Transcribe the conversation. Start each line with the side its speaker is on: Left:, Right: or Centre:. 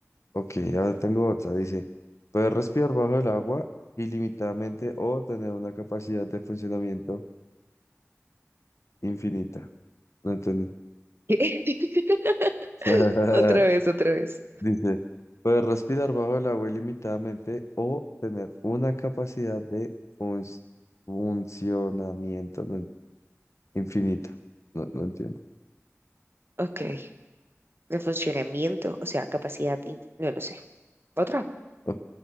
Left: Ok, ahora tengo otra. Dice, poder respirar bajo el agua ilimitadamente o tener una capacidad de funcionamiento infinita. No entendí.
Right: <laughs>
Left: <laughs>
Right: Otra vez, otra vez.
Left: Dice, poder respirar bajo el agua ilimitadamente o tener una capacidad de func- funcionamiento no en- infinita. No, no entiendo.
Right: Ok, De funcionamiento, o sea, capacidad, in- no, no sé. Otra,
Left: Ok,